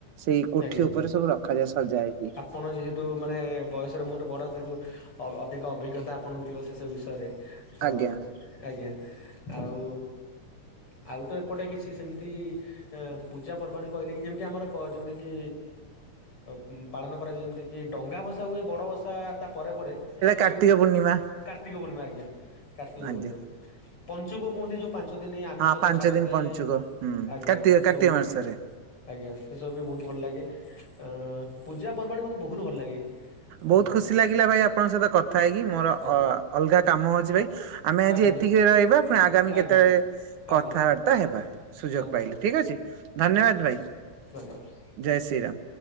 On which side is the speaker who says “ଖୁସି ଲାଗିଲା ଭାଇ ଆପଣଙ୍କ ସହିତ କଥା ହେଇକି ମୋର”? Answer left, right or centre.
Right